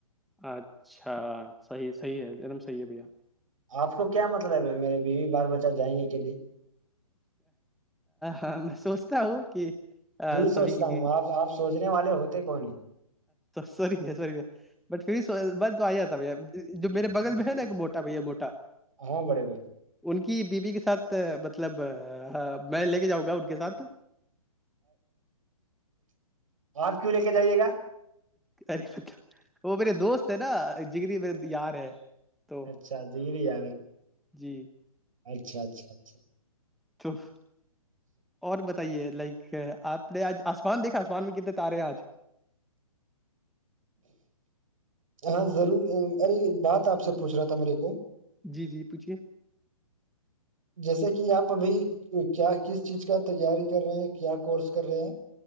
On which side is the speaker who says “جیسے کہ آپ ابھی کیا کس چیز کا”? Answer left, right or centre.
Right